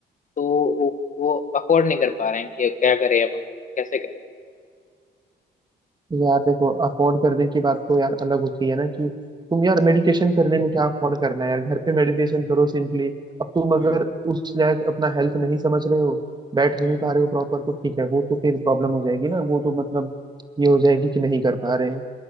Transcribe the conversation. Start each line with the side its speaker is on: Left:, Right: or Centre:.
Left: तो वो वो अफोर्ड नहीं कर पा रहे हैं कि अब क्या करें अपन कैसे करें
Right: यार देखो अफोर्ड करने की बात तो यार अलग होती है ना कि तुम यार मेडिटेशन करने में क्या अफोर्ड करना है यार घर पे मेडिटेशन करो सिंपली अब तुम अगर
Left: हम्म
Right: उस लायक अपना हेल्थ नहीं समझ रहे हो बैठ नहीं
Left: हम्म
Right: पा रहे हो प्रॉपर तो ठीक है वो तो फिर प्रॉब्लम हो जाएगी ना वो तो मतलब
Left: हम्म
Right: ये हो जाएगी कि नहीं कर पा रहे हैं